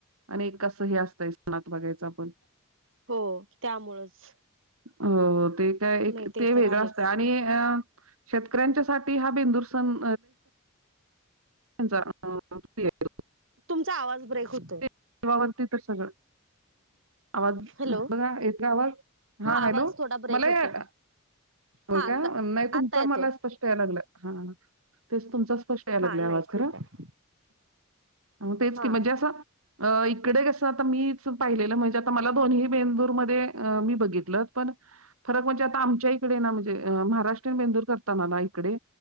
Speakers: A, on the right; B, on the right.
A: आणि एक कसं हे असतंय सणात बघायचं आपण.
B: हो त्यामुळंच
A: हो हो, ते काय
B: नाही
A: ते वेगळं
B: तर आहेच.
A: असत आणि कि अं शेतकऱ्यांच्यासाठी हा बेंदूर सण <inaudible>
B: तुमचा आवाज ब्रेक होत
A: ते <inaudible> तर सगळं आवाज,
B: हॅलो
A: बघा येतोय का आवाज? हा
B: आवाज
A: हॅलो
B: थोडा ब्रेक
A: मला
B: होतोय.
A: याला होय
B: हा आता
A: काय? नाही तुमचा
B: आता येतोय
A: मला स्पष्ट यायला लागलं हा तेच तुमचा स् स्पष्ट यायला
B: हा
A: लागलेय आवाज
B: नाही ठीक
A: खर,
B: आहे
A: तेच
B: हा
A: कि मजे असं अ इकडे कसं आता मीच पाहिलेलं म्हणजे, आता मला दोन्ही बेंदूरमध्ये मी बघितलं पण फरक म्हणजे आता आमच्या इकडे ना म्हणजे महाराष्ट्रीन बेंदूर करताना ना इकडे